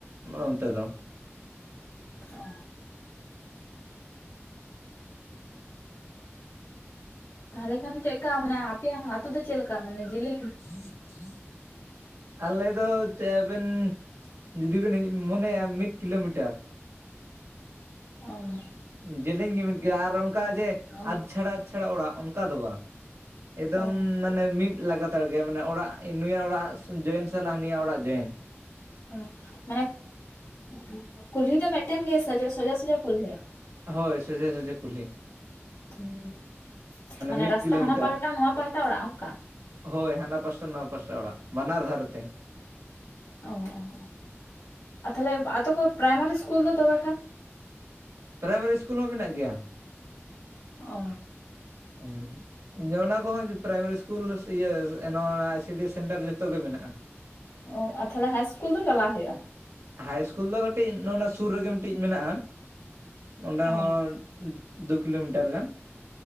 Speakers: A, on the right (about 85°); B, on the left (about 80°).
A: ᱚᱱᱛᱮ ᱫᱚ ᱾
B: <inaudible> ᱚᱸ ᱾ ᱛᱟᱦᱚᱞᱮ ᱠᱷᱟᱱ ᱪᱮᱫ ᱞᱮᱠᱟ ᱢᱟᱱᱮ ᱟᱯᱮᱭᱟᱜ ᱟᱛᱳ ᱫᱚ ᱪᱮᱫ ᱞᱮᱠᱟ ᱢᱟᱱᱮ ᱡᱮᱞᱤᱧ
A: <inaudible> ᱟᱞᱮ ᱫᱚ <unintelligible> ᱵᱮᱱ ᱡᱩᱫᱤ ᱵᱮᱱ ᱢᱚᱱᱮᱭᱟ ᱢᱤᱫ ᱠᱤᱞᱳᱢᱤᱴᱟᱨ ᱾
B: ᱚ ᱾
A: ᱡᱮᱞᱮᱧ ᱜᱮ ᱢᱤᱫ ᱜᱮᱭᱟ ᱟᱨ ᱚᱱᱠᱟ ᱡᱮ
B: ᱚ
A: ᱟᱫ ᱪᱷᱟᱲᱟ ᱟᱫ ᱪᱷᱟᱲᱟ ᱚᱲᱟᱜ ᱚᱱᱠᱟ ᱫᱚ ᱵᱟᱝ ᱾ ᱮᱠᱫᱚᱢ
B: ᱚ
A: ᱢᱟᱱᱮ ᱢᱤᱫ ᱞᱟᱜᱟᱛᱟᱨ ᱜᱮ, ᱢᱟᱱᱮ ᱚᱲᱟᱜ ᱱᱩᱭᱟᱜ ᱚᱲᱟᱜ ᱡᱚᱭᱮᱱ ᱥᱟᱞᱟᱜ ᱦᱟᱹᱱᱤᱭᱟᱜ ᱚᱲᱟᱜ ᱡᱚᱭᱮᱱ ᱾
B: ᱦᱮᱸ ᱢᱟᱱᱮ <inaudible> ᱠᱩᱞᱦᱤ ᱫᱚ ᱢᱤᱫᱴᱮᱱ ᱜᱮ ᱥᱚᱡᱟ ᱥᱚᱡᱟ ᱠᱩᱞᱦᱤᱜ-ᱟ ᱾
A: ᱦᱳᱭ ᱥᱚᱡᱮ ᱥᱚᱡᱮ ᱠᱩᱞᱦᱤ ᱾
B: ᱦᱩᱸ ᱾ <inaudible> ᱢᱟᱱᱮ
A: ᱢᱤᱫ
B: ᱨᱟᱥᱛᱟ
A: ᱠᱤᱞᱳᱢᱤᱴᱟᱨ
B: ᱦᱟᱱᱟ ᱯᱟᱦᱴᱟ ᱱᱚᱣᱟ ᱯᱟᱦᱴᱟ ᱚᱲᱟᱜ ᱚᱱᱠᱟ?
A: ᱦᱳᱭ ᱦᱟᱱᱟ ᱯᱟᱥᱴᱟ ᱱᱚᱣᱟ ᱯᱟᱥᱴᱟ ᱚᱲᱟᱜ ᱵᱟᱱᱟᱨ ᱫᱷᱟᱨᱮ ᱛᱮ ᱾
B: ᱚ ᱚ ᱚ <inaudible> ᱟᱨ ᱛᱟᱦᱚᱞᱮ ᱟᱛᱳ ᱠᱚ ᱯᱨᱟᱭᱢᱟᱨᱤ ᱤᱥᱠᱩᱞ ᱫᱚ ᱛᱚᱵᱮ ᱠᱷᱟᱱ
A: ᱯᱨᱟᱭᱢᱟᱨᱤ ᱤᱥᱠᱩᱞ ᱦᱚᱸ ᱢᱮᱱᱟᱜ ᱜᱮᱭᱟ ᱾
B: ᱚᱻ
A: <unintelligible> ᱚᱱᱟ ᱠᱚᱦᱚᱸ ᱯᱨᱟᱭᱢᱟᱨᱤ ᱤᱥᱠᱩᱞ ᱤᱭᱟᱹ ᱱᱚᱣᱟ I C D S centre ᱡᱷᱚᱛᱚ ᱜᱮ ᱢᱮᱱᱟᱜ-ᱟ ᱾
B: ᱚ ᱟᱨ ᱛᱟᱦᱚᱞᱮ ᱦᱟᱭ ᱤᱥᱠᱩᱞ ᱫᱚ ᱪᱟᱞᱟᱜ ᱦᱩᱭᱩᱜ-ᱟ?
A: ᱦᱟᱭ ᱤᱥᱠᱩᱞ ᱫᱚ ᱠᱟᱹᱴᱤᱡ ᱱᱚᱜ-ᱚᱱᱟ ᱥᱩᱨ ᱨᱮᱜᱮ ᱢᱤᱫᱴᱤᱡ ᱢᱮᱱᱟᱜ-ᱟ ᱾ <inaudible> ᱚᱸᱰᱮ
B: ᱚ
A: ᱦᱚᱸ ᱫᱩ ᱠᱤᱞᱳᱢᱤᱴᱟᱨ ᱜᱟᱱ ᱾